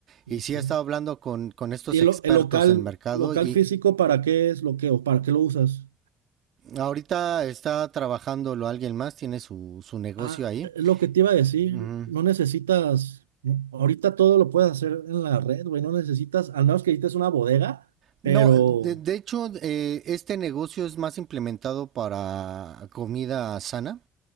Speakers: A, on the right (about 55°); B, on the right (about 85°).
A: Y
B: Ok.
A: sí he estado hablando con, con estos
B: ¿Y
A: expertos
B: lo- el local,
A: en mercado
B: local
A: y
B: físico, para qué es lo que, o para qué lo usas?
A: ahorita está trabajándolo alguien más, tiene su, su negocio
B: Ah,
A: ahí.
B: es lo que te iba a decir,
A: Ujú.
B: no necesitas, no- ahorita todo lo puedes hacer en la red, güey, no necesitas, al menos que necesites una bodega,
A: No,
B: pero
A: de, de hecho eh, este negocio es más implementado para comida sana.